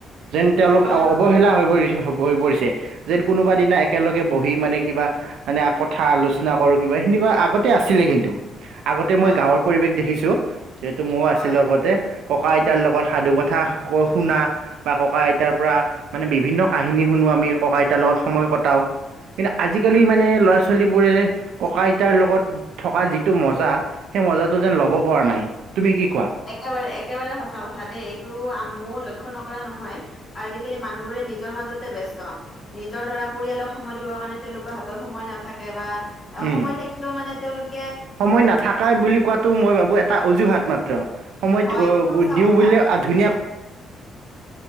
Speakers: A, on the right; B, on the left.
A: যেন তেওঁলোক
B: হয়
A: অঁ অৱহেলা
B: হয়
A: হৈ পৰিছে চব। বহি পৰিছে, যেন কোনোবা দিনা একেলগে বহি মানে কিবা মানে আ- কথা আলোচনা কৰো কিবা সেনেকুৱা আগতে আছিলে কিন্তু আগতে
B: হয়
A: মই গাঁৱৰ পৰিৱেশ দেখিছো। যিহেতু মও
B: হয়
A: আছিলো আগতে ককা আইতাৰ লগত সাধু কথা কৈ শুনা- বা ককা আইতাৰ পৰা মানে বিভিন্ন কাহিনী শুনো আমি ককা আইতাৰ লগত সময় কটাওঁ। কিন্তু আজিকালি মানে ল'ৰা ছোৱালী বোৰে ককা আইতাৰ লগত থকা যিটো মজা- সেই মজাটো যেন ল'ব পৰা নাই, তুমি কি কোৱা?
B: একেবাৰে একেবাৰে সঁচা কথা দেই, এইটো মও লক্ষ্য নকৰা নহয়। আজিকালি মানুহবোৰে নিজ- নিজৰ মাজতে ব্যস্ত। নিজৰ দাৰা পৰিয়ালক সময় দিবৰ কাৰণে তেওঁলোকৰ হাতত সময় নাথাকে বা- অ
A: উম
B: সময় থাকিলেও মানে তেওঁলোক-
A: সময় নাথাকাই বুলি কোৱাটো মই ভাবো এটা অজুহাত মাত্ৰ, সময়
B: হয়
A: ধ
B: এইটো সঁচা
A: দিওঁ
B: কথা
A: বুলিলে- ধুনীয়া-